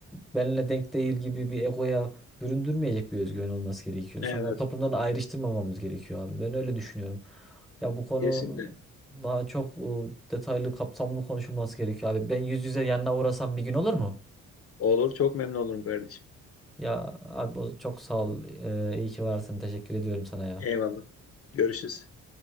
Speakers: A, in the centre; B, on the left (about 50°).
A: e, benimle denk değil gibi bir egoya büründürmeyecek bir özgüven olması gerekiyor.
B: Evet,
A: Sonra toplumdan ayrıştırmamamız gerekiyor abi. Ben öyle düşünüyorum. Ya bu konu
B: kesinlikle.
A: daha çok e, detaylı, kapsamlı konuşulması gerekiyor abi. Ben yüz yüze yanına uğrasam bir gün olur mu?
B: Olur, çok memnun olurum kardeşim.
A: Ya abi o- çok sağ ol. Ee, iyi ki varsın. Teşekkür ediyorum sana ya.
B: Eyvallah. Görüşürüz.